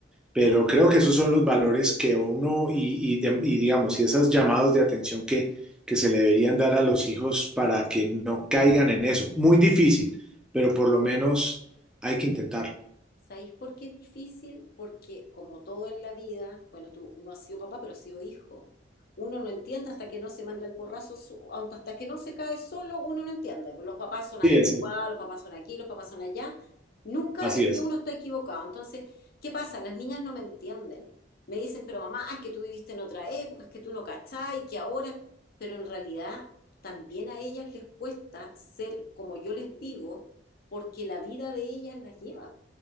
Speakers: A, in the centre; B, on the left.
A: Pero creo que esos son los valores que uno y, y de- y digamos, y esos llamados de atención que, que se le deberían dar a los hijos para que no caigan en eso. Muy difícil, pero por lo menos hay que intentarlo.
B: ¿Sabéis por qué es difícil? Porque como todo en la vida, bueno, tú no has sido papá, pero has sido hijo. Uno no entiende hasta que no se manda el porrazo, so- hasta que no se cae solo, uno no entiende. Pues Los papás son anticuados,
A: Sí, es,
B: los papás son aquí, los papás son allá. Nunca
A: así
B: es
A: es.
B: que uno está equivocado. Entonces, ¿qué pasa? Las niñas no me entienden. Me dicen, pero mamá, es que tú viviste en otra época, es que tú no cachai, que ahora. Pero en realidad también a ellas les cuesta ser como yo les digo, porque la vida de ellas las lleva